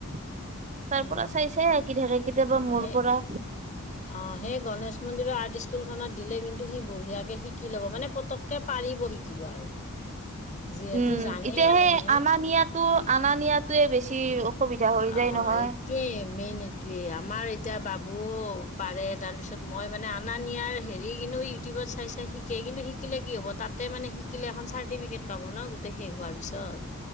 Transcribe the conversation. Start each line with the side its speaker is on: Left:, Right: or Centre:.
Right: <inaudible> তাৰ
Left: উম
Right: পৰা চাই চাইয়ে আকি থাকে কেতিয়াবা মোৰ
Left: সেই
Right: পৰা
Left: অ, হেই গণেশ মন্দিৰৰ আৰ্ট স্কুলখনত দিলে কিন্তু সি বঢ়িয়াকে শিকি ল'ব, মানে পতককে পাৰিব শিকিব আৰু যিহেতু
Right: উম,
Left: জানেই
Right: এতিয়া
Left: মানে
Right: সেই
Left: সি
Right: আনা নিয়াটো, আনা নিয়াটোয়ে বেছি অসুবিধা হৈ
Left: আ,
Right: যায় নহয়
Left: ইতিয়াই মেইন এইটোয়ে, আমাৰ এতিয়া বাবুও পাৰে তাৰ পিছত মই মানে আনা নিয়াৰ হেৰি, কিন্তু ইউটিউবত চাই চাই শিকে, কিন্তু শিকিলে কি হ'ব, তাতে মানে শিকিলে এখন চাৰ্টিফিকেট পাব ন গোটেই শেষ হোৱাৰ পিছত।